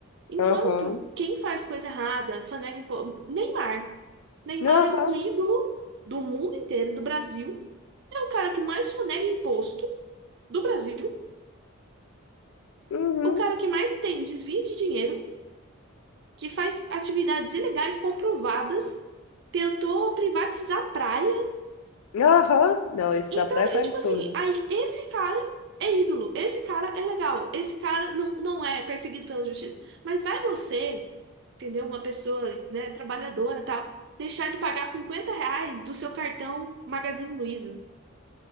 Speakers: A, on the right; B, on the left.
A: Enquanto
B: aham,
A: quem faz coisa errada, só nega imposto. Neymar. Neymar
B: aham,
A: é um ídolo do mundo inteiro, do Brasil. É o cara que mais sonega imposto do Brasil.
B: uhum,
A: O cara que mais tem desvio de dinheiro, que faz atividades ilegais comprovadas, tentou privatizar a praia.
B: aham. Não, isso
A: Então,
B: da praia foi
A: e
B: absurdo.
A: tipo assim, aí esse cara é ídolo, esse cara é legal, esse cara não, não é perseguido pela justiça. Mas vai você, entendeu? Uma pessoa, né, trabalhadora e tal, deixar de pagar 50 reais do seu cartão Magazine Luiza,